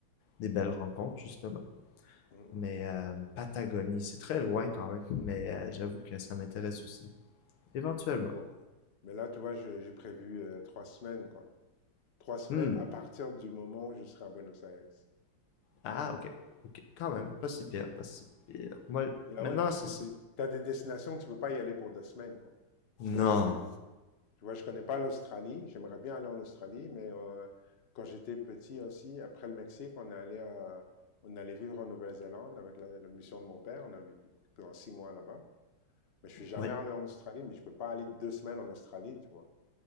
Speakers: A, on the left; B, on the left.
A: des belles rencontres justement.
B: Mmh mh.
A: Mais euh, Patagonie, c'est très loin quand même, mais euh, j'avoue que ça m'intéresse aussi, éventuellement.
B: Mais bon, mais là, tu vois, j'ai j'ai prévu, heu, 3 semaines, quoi. Trois semaines
A: Hmm.
B: à partir du moment où je serai à Buenos Aires.
A: Ah ok, ok, quand
B: Ouais.
A: même, pas si pire, pas si pire. Moi,
B: Bah,
A: maintenant
B: ouais, parce
A: c'est
B: que parce
A: ça.
B: que tu as des destinations, tu peux pas y aller pour 2 semaines, quoi. C'est comme
A: Non,
B: si je tu vois, je connais pas l'Australie, j'aimerais bien aller en Australie, mais heu, quand j'étais petit aussi, après le Mexique, on est allé à on allait vivre en Nouvelle-Zélande avec la la mission de mon père. On a vécu pendant 6 mois là-bas. Mais je suis jamais
A: oui,
B: allé en Australie, mais je peux pas aller 2 semaines en Australie, tu vois?